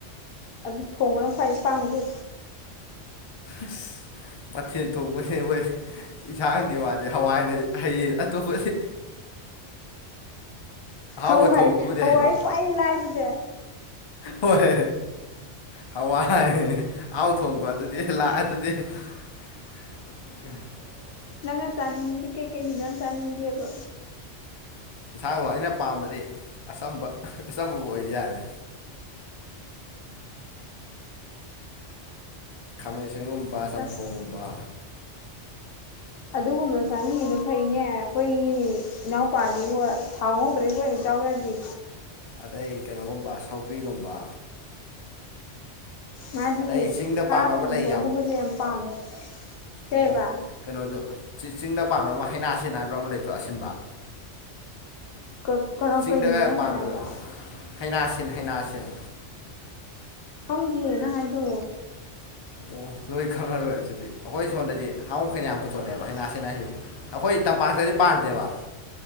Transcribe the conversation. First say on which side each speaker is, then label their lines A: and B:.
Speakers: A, on the left; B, on the left.
A: ꯑꯗꯨ ꯊꯣꯡꯕꯅ ꯈ꯭ꯋꯥꯏꯗꯩ ꯄꯥꯝꯒꯦ
B: ꯑꯁ ꯃꯊꯦꯜ ꯊꯣꯡꯕꯁꯦ ꯑꯩꯈꯣꯏ ꯏꯟꯁꯥꯡꯒꯤ ꯋꯥꯗꯤ ꯍꯋꯥꯏꯅ ꯍꯩꯌꯦ ꯑꯇꯣꯞꯄꯗꯤ ꯑꯍꯥꯎꯕ
A: ꯍꯣꯏ ꯍꯣꯏ
B: ꯊꯣꯡꯕꯕꯨꯗꯤ
A: ꯍꯋꯥꯏꯏ
B: ꯍꯩꯕ
A: ꯈ꯭ꯋꯥꯏꯗꯒꯤ ꯂꯥꯏꯕꯁꯦ
B: ꯍꯣꯏ ꯍꯋꯥꯏ ꯑꯍꯥꯎ ꯊꯣꯡꯕ ꯑꯗꯨꯗꯤ ꯂꯥꯛ ꯑꯗꯨꯗꯤ ꯎꯝ <unintelligible>
A: ꯅꯪꯅ ꯆꯥꯅꯤꯡꯕꯗꯤ ꯀꯩꯀꯩ ꯏꯟꯁꯥꯡ ꯆꯥꯅꯤꯡꯒꯦꯕ
B: ꯏꯟꯁꯥꯡꯂꯣ ꯑꯩꯅ ꯄꯥꯝꯕꯗꯤ ꯑꯆꯝꯕ ꯑꯆꯝꯕꯥꯕꯨ ꯑꯣꯏꯔꯗꯤ ꯌꯥꯔꯦ <unintelligible> <inaudible> ꯈꯥꯃꯦꯟꯁꯤꯟꯒꯨꯝꯕ ꯆꯝꯊꯣꯡꯒꯨꯝꯕ
A: ꯑꯁ ꯑꯗꯨꯒꯨꯝꯕꯗꯣ ꯆꯥꯅꯤꯡꯉꯤꯗꯣ ꯐꯩꯅꯦ ꯑꯩꯈꯣꯏꯒꯤ ꯏꯅꯥꯎꯄꯥꯗꯤꯕꯣ ꯊꯥꯎ ꯉꯧꯗ꯭ꯔꯗꯤ ꯆꯥꯎ ꯌꯥꯗꯦ
B: ꯑꯇꯩ ꯀꯩꯅꯣꯒꯨꯝꯕ ꯁꯧꯒ꯭ꯔꯤꯒꯨꯝꯕ
A: ꯃꯥꯗꯤ
B: ꯑꯗꯩ ꯆꯤꯡꯗ
A: ꯁꯥ
B: ꯄꯥꯟꯕ ꯑꯃ
A: ꯊꯣꯡꯕꯒꯨꯝꯕꯁꯦ
B: ꯂꯩ
A: ꯌꯥꯝ ꯄꯥꯝꯃꯦ ꯀꯩꯑꯕꯥ
B: ꯑꯣ ꯀꯩꯅꯣꯗꯣ ꯆꯤꯡꯗ ꯄꯥꯟꯕ ꯑꯃ ꯍꯩꯅꯥ ꯁꯤꯟ ꯍꯥꯏꯕ꯭ꯔꯥ ꯑꯃ ꯂꯩꯇ꯭ꯔꯣ ꯑꯁꯤꯟꯕ
A: ꯀ ꯀꯔꯥ
B: ꯆꯤꯡꯗꯒ
A: ꯀꯩꯕ ꯅꯪ
B: ꯄꯥꯟꯕꯗꯣ
A: ꯍꯧꯖꯤꯛ ꯍꯥꯏꯕꯗꯣ
B: ꯍꯩꯅꯥꯁꯤꯟ ꯍꯩꯅꯥꯁꯤꯟ
A: ꯈꯪꯗꯤꯌꯦ ꯅꯪ ꯍꯥꯏꯗꯣ
B: ꯑꯣ ꯅꯣꯏ ꯈꯪꯉꯥꯔꯣꯏ ꯑꯗꯨꯗꯤ ꯑꯩꯈꯣꯏ ꯁꯣꯝꯗꯥꯗꯤ ꯍꯥꯎ ꯃꯈꯩꯅ ꯌꯥꯝ ꯄꯨꯊꯣꯛꯂꯛꯑꯦꯕ ꯍꯩꯅꯥꯁꯤꯟ ꯍꯥꯏꯁꯦ ꯑꯩꯈꯣꯏ ꯇꯝ ꯄꯥꯥꯛꯇꯗꯤ ꯄꯥꯥꯟꯗꯦꯕ